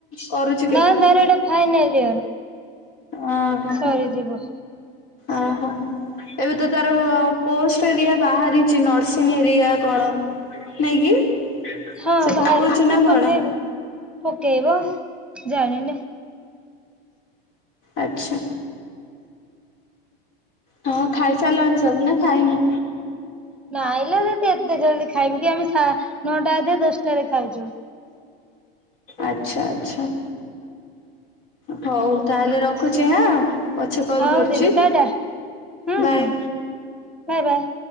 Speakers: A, on the left (about 65°); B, in the centre.
A: କରୁଛି
B: ନା ତାର ଏଇଟେ ଫାଇନାଲ ଇୟର
A: ଓ ହୋ
B: ସରିଯିବ
A: ହୋ ଓ ହୋ। ଏବେ ତ ତାର ପୋଷ୍ଟ ଏରିଆ ବାହାରିଛି ନର୍ସିଂ ଏରିଆ କଣ ନାଇଁ କିି
B: ହଁ
A: ସେ
B: ବାହାରିଛି
A: ପକଉଛି
B: ସେ
A: ନା କଣ?
B: ପକେଇବ ପକେଇବ ଜାଣିନି
A: ଆଛା। ହଁ ଖାଇସାରିଲାଣି ସବୁ ନା ଖାଇନ?
B: ନ ଆଲେ ଯଦି ଏତେ ଜଲ୍ଦି ଖାଇବୁ କି ଆମେ ନଅଟା ଅଧ ଦଶଟାରେ ଖାଉଛୁ
A: ଆଚ୍ଛା ଆଚ୍ଛା। ହଉ ତାହେଲେ ରଖୁଛି ହଁ ପଛେ କଲ୍
B: ହଉ
A: କରୁଛି
B: ଦିଦି ଟାଟା ହୁଁ
A: ବାଏ
B: ହୁଁ ବାଏ ବାଏ